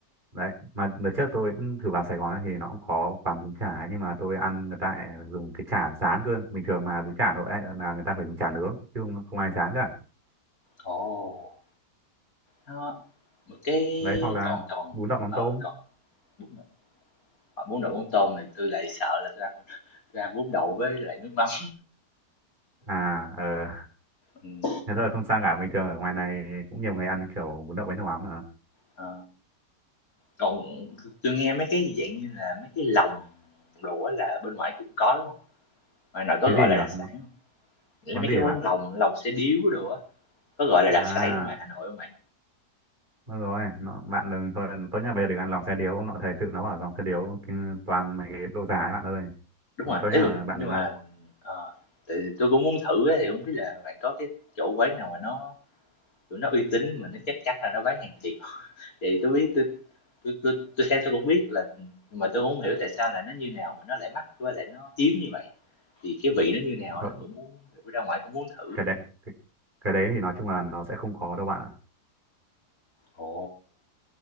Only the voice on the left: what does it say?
Ồ, nó một cái
còn còn
ờ,
còn bún đậu ờ, bún đậu mắm tôm thì tôi lại sợ là tôi ăn không- <laughs> tôi ăn bún đậu với lại nước mắm.
Ừm,
ờ, còn tôi nghe mấy cái dạng như là mấy cái lòng đồ á là bên ngoài cũng có, đúng không Ngoài Hà Nội có
gọi
là đặc sản
không Nghĩa
là mấy
cái
quán
lòng, lòng xe điếu đồ á, có gọi là đặc
sản ở ngoài Hà Nội không bạn?
đúng
rồi
ý
là
nhưng
mà ờ, tại vì tôi cũng muốn thử á, thì không biết là bạn có cái chỗ quán nào mà nó tụi nó uy tín mà nó chắc chắn là nó bán hàng thiệt thì tôi biết tôi tôi tôi, tôi xem tôi cũng biết là nhưng mà tôi cũng không hiểu tại sao là nó như nào mà nó lại mắc với lại nó hiếm như vậy thì cái vị nó như nào
đó cũng muốn ra ngoài cũng muốn thử
ồ